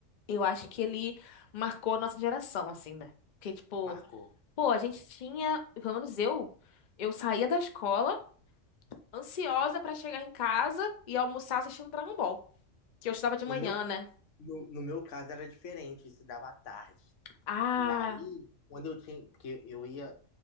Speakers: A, on the left; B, on the left.
A: eu acho que ele marcou a nossa geração, assim, né? Porque, tipo,
B: Marcou.
A: pô, a gente tinha, pelo menos eu, eu saía da escola ansiosa pra chegar em casa e almoçar assistindo Dragon Ball. Que eu estudava de manhã,
B: No meu,
A: né?
B: no, no meu caso era diferente, isso dava à tarde.
A: Ah,
B: E aí, quando eu tinha. Porque eu ia.